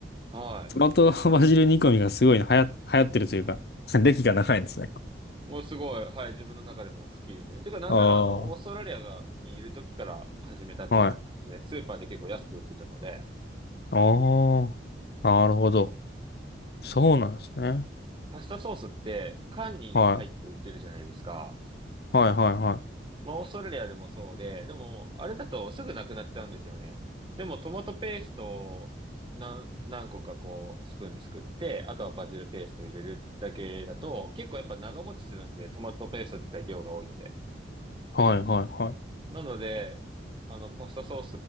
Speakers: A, on the right; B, on the left.
A: はい。
B: トマトバジル煮込みがすごい流行、流行ってるというか、<laughs> 歴が長いんですね。
A: もうすごい、はい、自分の中でも好きですね。てか、なんなら、
B: ああ、
A: あの、
B: はい。
A: オーストラリアが、にいる時から始めたって感じですね。
B: あ
A: スーパーで結構安く売ってたので、
B: あ、なるほど。そうなんですね。
A: パスタソースって、缶に入って売ってるじゃないですか。
B: はい。はいはいはい。
A: まあ、オーストラリアでもそうで、でも、あれだとすぐなくなっちゃうんですよね。でも、トマトペーストを何、何個かこう、スプーンですくって、あとはバジルペースト入れるだけだと、結構やっぱ長持ちするんで、トマトペースト自体量が多いので。
B: はいはいはい。
A: なので、あの、パスタソー